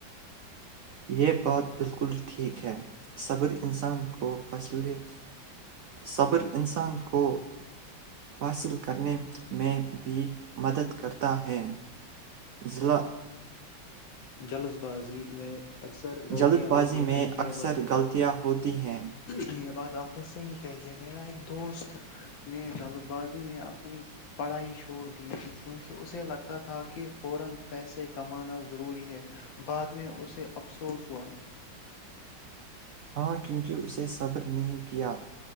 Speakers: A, on the right; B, on the left.
A: یہ بات بالکل ٹھیک ہے صبر انسان کو فصلیں صبر انسان کو حاصل کرنے میں بھی مدد کرتا ہے ضلع
B: جلد جلد بازی میں اکثر غلطیاں
A: جلد بازی
B: ہوتی ہیں
A: میں
B: ہاں جی
A: اکثر
B: اباد
A: غلطیاں ہوتی ہیں
B: کے بعد میرا ایک دوست نے عدالت بازی میں اپنی بڑائی چھوڑ دیا کیونکہ اسے لگتا تھا کہ فورا پیسے کمانا ضروری ہے بعد میں اسے افسوس ہوا
A: ہاں کیونکہ اسے صبر نہیں کیا